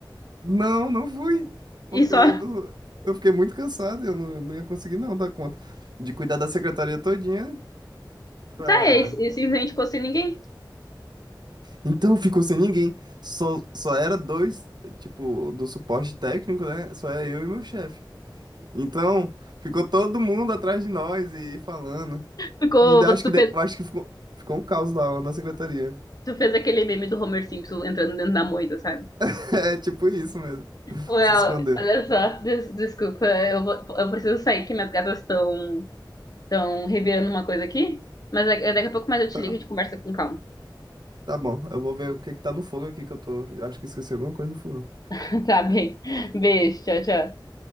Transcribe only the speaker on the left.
E só.
Tá, é, e simplesmente ficou sem ninguém.
Ficou.
Tu
fez,
tu fez aquele meme do Homer Simpson entrando dentro da moita, sabe?
Well,
olha só, des- desculpa, eu vou, eu preciso sair que minhas gatas estão Estão revirando uma coisa aqui. Mas é- daqui a pouco mais eu te
ligo e a gente conversa com calma.
<laughs> Tá bem. Beijo, tchau, tchau.